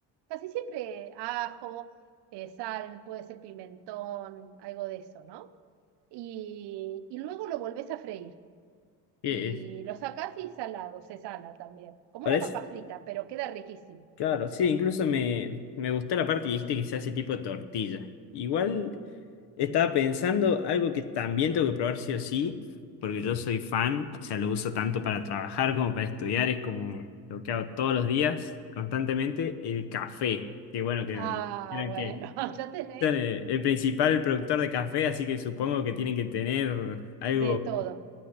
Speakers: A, on the right; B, on the left.
A: casi siempre ajo, eh, sal, puede ser pimentón, algo de eso, ¿no? Y, y luego lo volvés a freír
B: Eh,
A: y
B: eh,
A: lo sacás y salado, se sala también, como
B: parece
A: una papa frita, pero queda riquísimo.
B: Claro, sí, incluso me, me gustó la parte que dijiste que se hace tipo tortilla. Igual estaba pensando algo que también tengo que probar sí o sí, porque yo soy fan, o sea, lo uso tanto para trabajar como para estudiar, es como lo que hago todos los días, constantemente, el café. Que bueno, que
A: Ah,
B: me dijeron
A: bueno,
B: que
A: <laughs> ya tenés
B: son el, el principal productor de café, así que supongo que tienen que tener algo,
A: de todo.